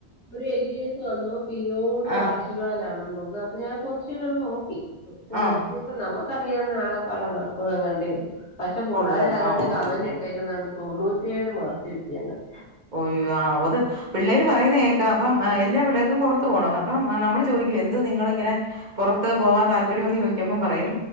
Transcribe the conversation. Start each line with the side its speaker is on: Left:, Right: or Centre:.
Left: ഒരു എ ടി എസ് വന്നു പിയൂണ്
Right: ആഹ്
Left: വാച്ച് മാനാണെന്ന് തോന്നുന്നു അപ്പൊ ഞാൻ കൊച്ചിനൊന്ന് നോക്കി കൊച്ച്നെ
Right: ആഹ്
Left: നോക്കി പ്പ നമ്മക്കറിയാവുന്ന ആകെ പാടെ നാപ്പതെങ്ങാണ്ടേള്ളു പക്ഷെ പുള്ളാരാരാണ്ട്
Right: ഉള്ള് ആഹ് ഓഹ്
Left: കമന്റ്
Right: ഓഹ് ഓഹ്
Left: ഇട്ടേ ക്ക്‌ന്നത് കണ്ട് തൊണ്ണൂറ്റേഴ് മാർക്ക് കിട്ടിന്നൊക്കെ
Right: ഉയ്യോ ആ ഒത് പിള്ളേര് പറയുന്ന കേക്കാം അപ്പം എല്ലാ പിള്ളേർക്കും പൊറത്തു പോണോന്ന് അപ്പം നമ്മള് ചോദിക്കും എന്തു നിങ്ങള് ഇങ്ങനെ പൊറത്ത് പോവാൻ താല്പര്യംന്ന് ചോദി ക്കുമ്പ പറയും